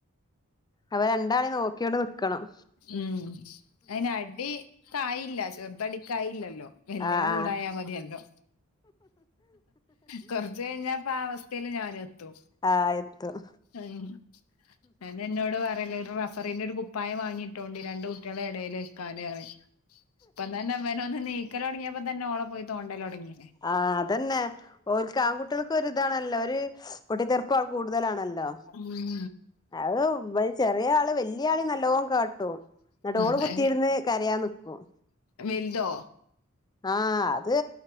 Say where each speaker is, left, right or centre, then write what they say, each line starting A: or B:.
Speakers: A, on the left; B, on the left.
A: അപ്പ രണ്ടാളേം നോക്കിയോണ്ട് നിക്കണം
B: ഉം അയ്ന് അടിക്കായീല്ല ചെർതടിക്കായീല്ലല്ലോ വെൽതിനെ
A: ആ
B: ചൂടായാ
A: ആ
B: മതിയല്ലോ കൊറച്ച് കയ്ഞ്ഞ ഇപ്പാ അവസ്ഥീല് ഞാനും എത്തും
A: ആഹ് എത്തും
B: ഉം അയെന്നാ ഇന്നോട് പറല് ഒരു റഫറിന്റെ ഒരു കുപ്പായം വാങ്ങിട്ടോണ്ടി രണ്ട് കു കുട്ടേളെ എടേല് നിക്കാന് പറയും ഇപ്പം തന്നെ ഇവനൊന്ന് നീ ക്കലൊടങ്ങേപ്പം തന്നെ ഓളെ പോയി തോണ്ടലൊടങ്ങീന്
A: ആഹ് അതന്നെ ഓൽക്ക് ആൺകുട്ടേൾക്ക് ഒരിതാണല്ലോ ഒര് പൊട്ടിതെർപ്പോൾ കൂടുതലാണല്ലോ
B: ഉം
A: അത് ഇവല് ചെറേ ആള് വല്യ ആളിം നല്ലോം കാട്ടും ഇന്നട്ടോള്
B: ഉം
A: കുത്തിയിരുന്ന്
B: അയിന്
A: കരയാ ൻ നിക്കും
B: വലുതോ
A: ആഹ് അത്